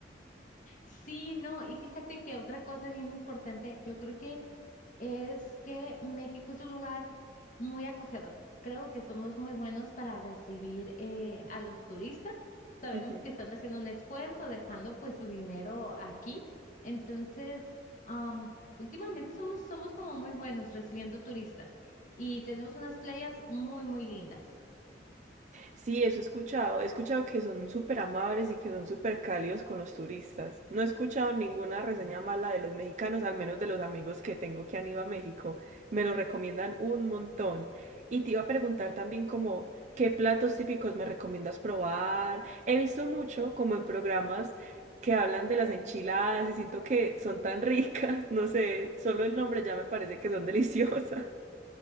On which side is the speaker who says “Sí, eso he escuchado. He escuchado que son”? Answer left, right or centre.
Right